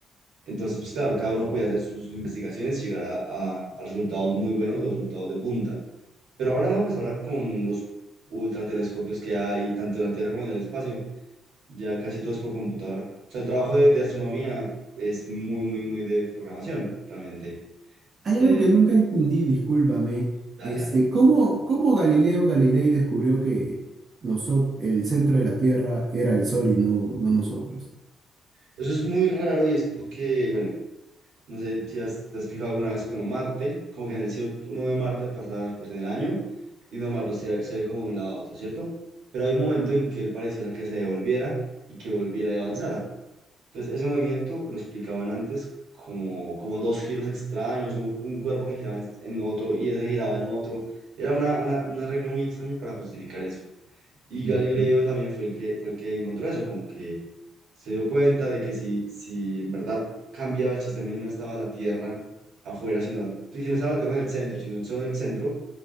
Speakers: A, on the right; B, on the right.
A: entonces, pues claro, cada uno podía hacer sus, sus investigaciones y llegar a, a- a resultados muy buenos o resultados de punta. Pero ahora no, pues ahora con los ultratelescopios que hay, tanto en la Tierra como en el espacio, ya casi todo es por computadora. O sea, el trabajo de, de astronomía es muy, muy, muy de programación, realmente. Se,
B: Hay algo que nunca entendí, discúlpame.
A: dale,
B: Este,
A: dale.
B: ¿cómo, cómo Galileo Galilei descubrió que noso- el centro de la Tierra era el Sol y no, no nosotros?
A: Eso es muy raro y es porque, bueno, no sé si has- te has fijado alguna vez con Marte, como que en el cielo uno ve Marte pasar pues en el año y normal pues se, se ve como de un lado a otro, ¿cierto? Pero hay un momento en que él pareciera que se devolviera y que volviera y avanzara. Entonces, ese movimiento lo explicaban antes como, como dos giros extraños, un, un cuerpo que giraba en en otro y ese giraba en otro. Era una, una- un arreglo muy extraño para justificar eso. Y
B: Ujú.
A: Galileo también fue el que, fue el que encontró eso, como que se dio cuenta de que si, si en verdad cambiaba el sistema y no estaba la Tierra afuera, sino la- si no estaba la Tierra en el centro, sino el Sol en el centro,